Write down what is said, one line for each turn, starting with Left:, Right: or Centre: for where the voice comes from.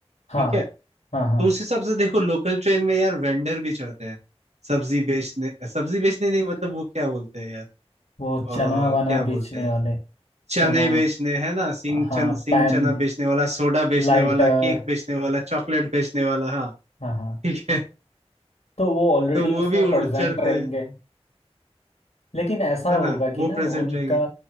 Left: हाँ
Right: ठीक है
Left: हाँ हाँ
Right: तो उस हिसाब से देखो लोकल ट्रेन में यार वेंडर भी चढ़ते हैं सब्जी बेचने सब्जी बेचने नहीं मतलब वो क्या बोलते हैं यार
Left: वो
Right: अ,
Left: चना वना
Right: क्या बोलते
Left: बेचने
Right: हैं
Left: वाले
Right: चने
Left: चना
Right: बेचने है ना सिंह
Left: हाँ
Right: चन सिंह
Left: पैन
Right: चना बेचने वाला सोडा बेचने
Left: लाइटर
Right: वाला केक बेचने वाला चॉकलेट बेचने वाला हाँ
Left: हाँ हाँ
Right: ठीक है
Left: तो वो ऑलरेडी
Right: तो वो
Left: उसमें
Right: भी उड़
Left: प्रेजेंट
Right: चढ़ते
Left: रहेंगे
Right: हैं
Left: लेकिन ऐसा होगा
Right: है ना वो
Left: कि ना
Right: प्रेजेंट
Left: उनका
Right: रहेंगे